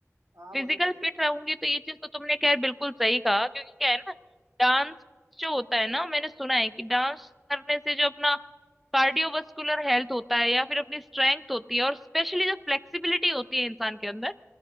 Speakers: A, on the right (about 75°); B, in the centre.
A: हाँ हाँ,
B: फिजिकल
A: बोलिए बोलिए
B: फिट रहूंगी तो ये चीज तो तुमने खैर बिल्कुल सही कहा क्योंकि क्या है ना डांस जो होता है ना मैंने सुना है कि डांस करने से जो अपना कार्डियोवास्कुलर हेल्थ होता है या फिर अपनी स्ट्रेंथ होती है और स्पेशली जो फ्लेक्सिबिलिटी होती है इंसान के अंदर